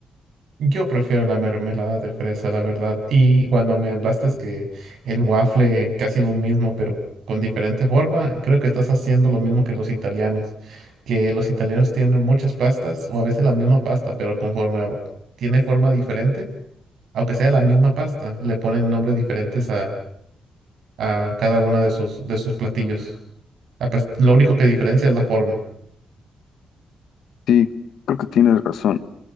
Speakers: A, on the right (about 75°); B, on the left (about 80°).
A: Yo prefiero la mermelada de fresa, la verdad. Y cuando me hablaste es que el waffle casi lo mismo, pero con diferente forma, creo que estás haciendo lo mismo que los italianos, que los italianos tienen muchas pastas o a veces la misma pasta, pero conforme a- tiene forma diferente, aunque sea la misma pasta, le ponen nombres diferentes a, a cada una de sus, de sus platillos. Ah, pues, lo único que diferencia es la forma.
B: Sí, creo que tienes razón.